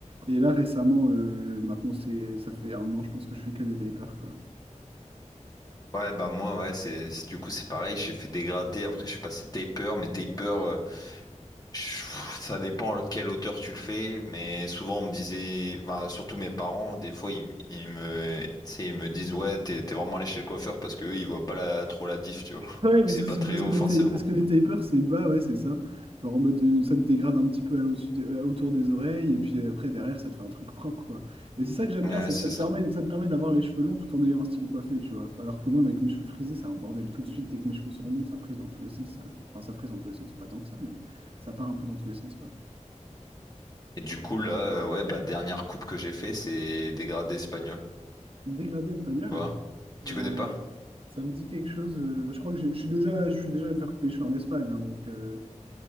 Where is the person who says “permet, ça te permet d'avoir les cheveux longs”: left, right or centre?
Right